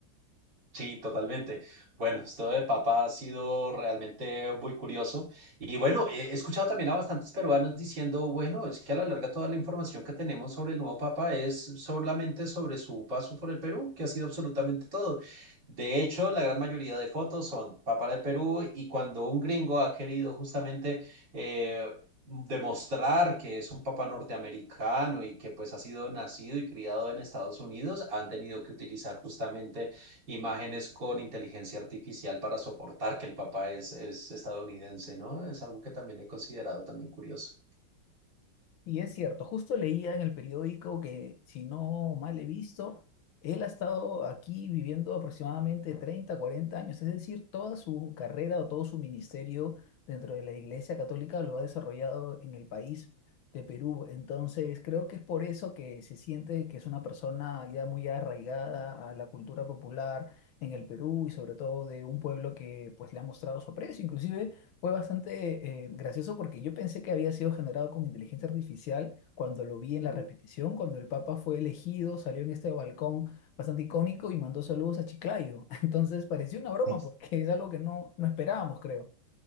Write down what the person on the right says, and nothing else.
Sí, totalmente. Bueno, esto del Papa ha sido realmente muy curioso. Y bueno, he he escuchado también a bastantes peruanos diciendo, bueno, es que a la larga toda la información que tenemos sobre el nuevo Papa es solamente sobre su paso por el Perú, que ha sido absolutamente todo. De hecho, la gran mayoría de fotos son Papa del Perú y cuando un gringo ha querido justamente... eh, demostrar que es un papa norteamericano y que pues ha sido nacido y criado en Estados Unidos, han tenido que utilizar justamente imágenes con inteligencia artificial para soportar que el papá es, es estadounidense, ¿no? Es algo que también he considerado también curioso.
Mm.
<laughs>